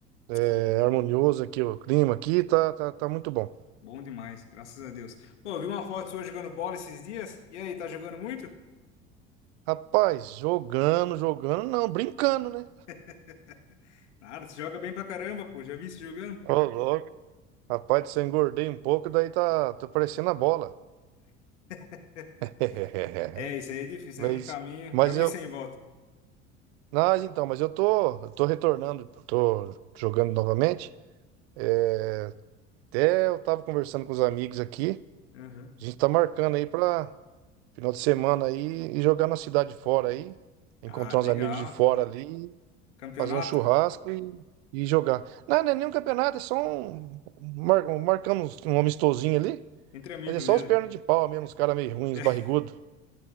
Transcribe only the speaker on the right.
é,
harmonioso aqui, o clima aqui tá, tá, tá muito bom.
Rapaz, jogando, jogando, não, brincando, né?
Ô, louco. Rapaz, se eu engordei um pouco, daí tá, tá parecendo a bola.
<laughs>
Mas,
mas
eu.
Mas então, mas eu tô, eu tô retornando, tô jogando novamente. É, Até eu tava conversando com os amigos aqui.
A gente tá marcando aí pra final de semana aí e jogar na cidade fora aí. Encontrar
uns amigos de fora ali,
fazer um churrasco e, e jogar. Não, não é nenhum campeonato, é só um. um Mar, um- marcamos um amistosinho ali.
Mas é só
os pernas de pau mesmo, os caras meio ruins,
barrigudo.